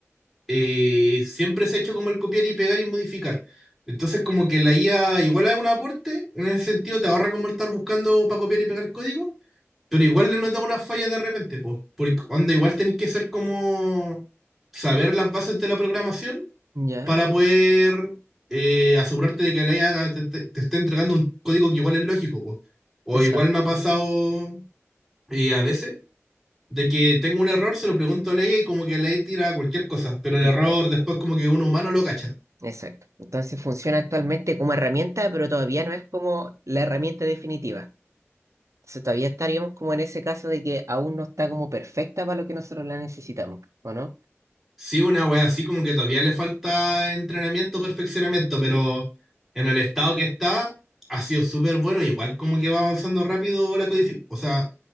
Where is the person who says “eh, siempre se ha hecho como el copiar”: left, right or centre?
Centre